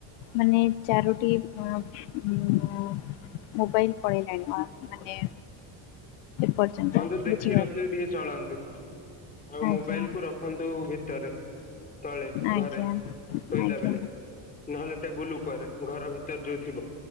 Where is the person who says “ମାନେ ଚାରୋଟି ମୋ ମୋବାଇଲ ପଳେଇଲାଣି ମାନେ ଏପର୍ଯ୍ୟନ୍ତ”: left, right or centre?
Left